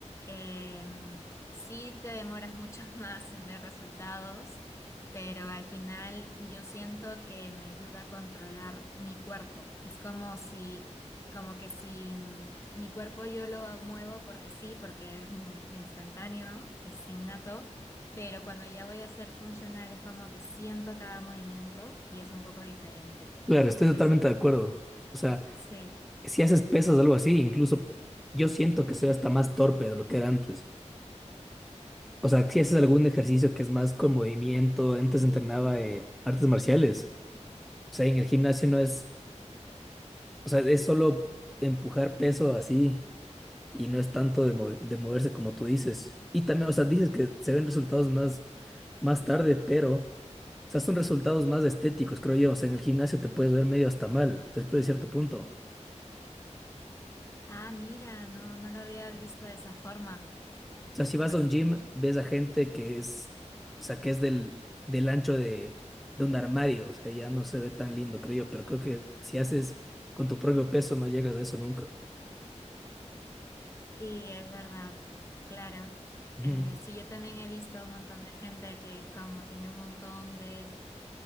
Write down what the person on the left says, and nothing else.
em, sí te demoras mucho <laughs> más en ver resultados, pero al final yo siento que me ayuda a controlar mi cuerpo. Es como si, como que si mm, mi cuerpo yo lo muevo porque sí, porque es mm, instantáneo, es innato. Pero cuando ya voy a ser funcional es como que siento cada movimiento y es un poco diferente.
Entonces,
eh,
sí.
Ah, mira, no, no lo había visto de esa forma.
Pues
sí,
sí, es verdad, claro.
Eh, sí, yo también he visto un montón de gente que es como tiene un montón de